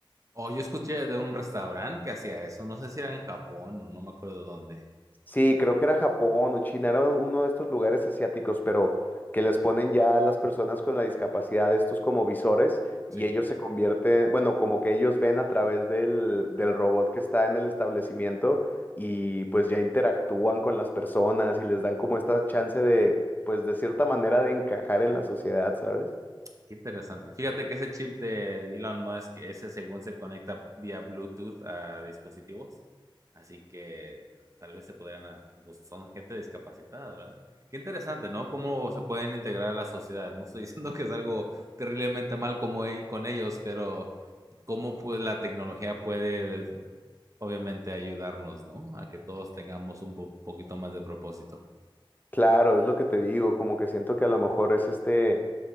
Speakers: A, on the right; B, on the left.
A: O yo escuché de un restaurante que hacía eso. No sé si era en Japón o no me acuerdo dónde.
B: Sí, creo que era Japón o China, era uno de estos lugares asiáticos, pero que les ponen ya a las personas con la discapacidad estos como visores
A: Sí.
B: y ellos se convierten, bueno, como que ellos ven a través del, del robot que está en el establecimiento y pues ya interactúan con las personas y les dan como esta chance de, pues de cierta manera de encajar en la sociedad, ¿sabes?
A: Qué interesante. Fíjate que ese chip de Elon Musk, ese según se conecta vía Bluetooth a dispositivos, así que tal vez se podrían, a- pues son gente discapacitada, ¿verdad? Qué interesante, ¿no? Cómo se pueden integrar a la sociedad. No estoy diciendo <laughs> que es algo terriblemente mal como e- con ellos, pero cómo pues la tecnología puede obviamente ayudarnos, ¿no? A que todos tengamos un po- poquito más de propósito.
B: Claro, es lo que te digo, como que siento que a lo mejor es este...